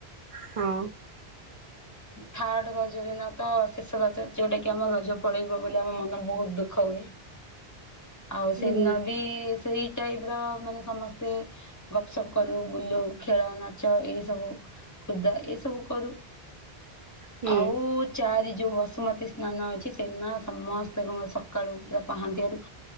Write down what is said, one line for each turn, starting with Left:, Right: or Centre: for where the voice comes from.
Right: ହଁ
Left: ଥାର୍ଡ଼ ରଜ ଦନା ତ ଶେଷ ରଜ ଯେଉଁଟାକି ଆମ ରଜ ପଳେଇବ ବୋଲି ଆମ ମନ ବହୁତ ଦୁଃଖ ହୁଏ। ଆଉ
Right: ହୁଁ
Left: ସେଇଦିନ ସେଇ ଟାଇପ ର ମାନେ ସମସ୍ତେ ଗପ ସପ୍ କରୁ ବୁଲୁ ଖେଳ ନାଚ ଏ ସବୁ ଖୁଦା ଏ ସବୁ କରୁ।
Right: ହୁଁ
Left: ଆଉ ଚାରି ଯିବ। ବସୁମତୀ ସ୍ନାନ ଅଛି, ସେଦିନ ସମସ୍ତେ କଁ ସକାଳୁ ବା ପାହାନ୍ତିିଆରୁ